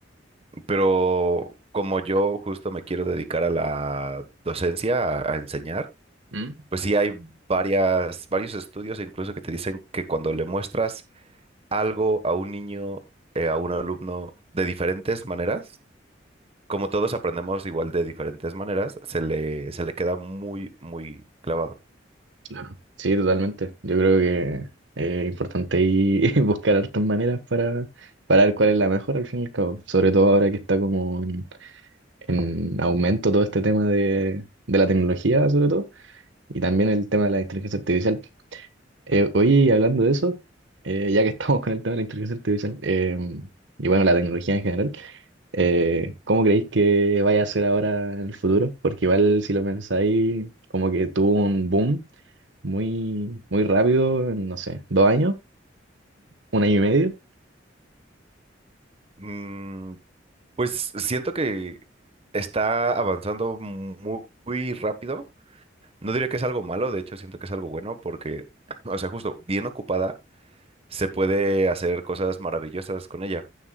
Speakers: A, on the right; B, on the right.
A: pero como yo justo me quiero dedicar a la docencia, a, a enseñar,
B: ¿Mm?
A: pues sí hay varias, varios estudios incluso que te dicen que cuando le muestras algo a un niño, eh, a un alumno de diferentes maneras, como todos aprendemos igual de diferentes maneras, se le, se le queda muy, muy clavado.
B: Claro. Sí, totalmente. Yo creo que es importante ahí <laughs> buscar hartas maneras para, para ver cuál es la mejor al fin y al cabo. Sobre todo ahora que está como en, en aumento todo este tema de, de la tecnología, sobre todo, y también el tema de la inteligencia artificial. Eh, oye, hablando de eso, eh, ya que estamos con el tema de la inteligencia artificial, eh, y bueno, la tecnología en general, eh, ¿cómo creéis que vaya a ser ahora en el futuro? Porque igual si lo pensáis, como que tuvo un boom muy, muy rápido, en, no sé, dos años, un año y medio.
A: Mm, pues siento que está avanzando mu- muy, rápido. No diría que es algo malo, de hecho siento que es algo bueno porque, <clears throat> o sea, justo bien ocupada, se puede hacer cosas maravillosas con ella.